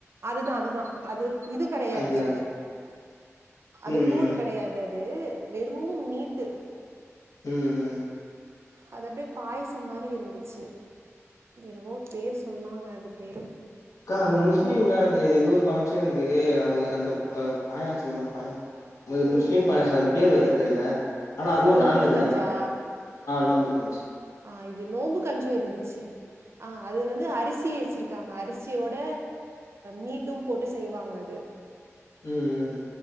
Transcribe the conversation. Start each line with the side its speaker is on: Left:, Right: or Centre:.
Right: அதுதா அதுதா அது இது கிடையாது
Left: ஐயோ
Right: அது
Left: ம்
Right: கூழ்
Left: ம்
Right: கிடையாது அ து வெறும் மீட்டு
Left: ம் ம்
Right: அது அப்டியே பாயசம் மாரி இருந்துச்சி ன்மோ பேரு சொன்னாங்க அது பேரு
Left: அக்கா அந்த முஸ்லீம்லா அந்த எதோ ஒரு பங்க்ஷனுக்கு அந்த ப் அ பாயாசம் மு
Right: ம்
Left: முஸ்லிம் பாயாசோ அதுக் பேர் வேற தெர்ல ஆனா அதுவு
Right: நோம்பு
Left: நான்வெஜ்
Right: கஞ்சா
Left: தான்கா ஆ நோம்பு கஞ்ச்சி
Right: ஆ இது நோன்ம்பு கஞ்சி இருந்துச்சி ஆ அது வந்து அரிசி வெச்சிருக்காங்க அரிசியோட மீட்டும் போட்டு செய்வாங்க அது
Left: ம் ம்